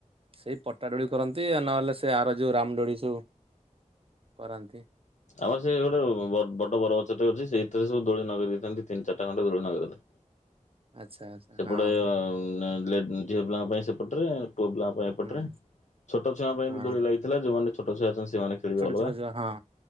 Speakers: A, on the right; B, on the left.
A: ସେଇ ପଟା ଦୋଳି କରନ୍ତି ନହେଲେ ସେ ସେ ଆର ଯୋଉ ରାମ ଦୋଳି ସବୁ କରନ୍ତି।
B: ଆମର ସେ ଗୋଟେ ବ ବଡ ବର ଗଛଟେ ଅଛି ସେଇଥିରେ ସବୁ ଦୋଳି ନଗେଇ ଦେଇେଇଥାନ୍ତି ତିନି ଚାରି <unintelligible>
A: ଆଚ୍ଛା ଆଚ୍ଛା
B: ସେପଟେ
A: ହଁ
B: ଏ
A: ହଁ
B: ଝିଅ ପିଲାଙ୍କ ପାଇଁ ସେପଟ ରେ ପୁଅ ପିଲା ପାଇଁ ଏ ପଟରେ
A: ହୁଁ
B: ଛୋଟ ଛୁଆ ଙ୍କ ପାଇଁ
A: ହଁ
B: ବି ଦୋଳି ଲାଗିଥିଲା ଯୋଉମାନେ ଛୋଟ ଛୁଆ ଅଛନ୍ତି। ଛୁଆ ମାନେ ଖୋଲିବେ
A: ଛୋଟ
B: ଅଲଗା
A: ଛୋଟ ଯୋଉ ହଁ